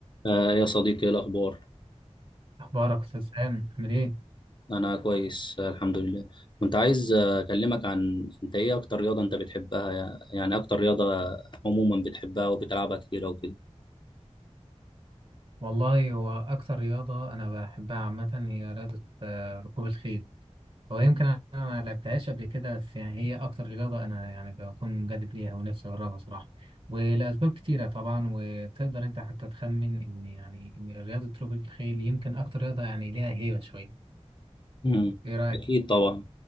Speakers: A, on the left; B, on the right.
A: آه يا صديقي ايه الاخبار
B: أخبارك أستاذ سام عامل إيه؟
A: انا كويس آه، الحمد لله كنت عايز آه، اكلمك عن انت ايه اكتر رياضه انت بتحبها يا- يعني اكتر رياضه عموما بتحبها وبتلعبها كتير وكده
B: والله هو أكثر رياضة أنا بحبها عامة هي رياضة آه، ركوب الخيل هو يمكن أنا ما لعبتهاش قبل كده بس يعني هي أكثر رياضة أنا يعني بكون منجذب ليها ونفسي أجربها صراحة ولأسباب كتيرة طبعا وتقدر أنت حتى تخمن إن يعني إن رياضة ركوب الخيل يمكن أكثر رياضة يعني ليها هيبة شوية
A: امم
B: إيه رأيك؟
A: اكيد طبعا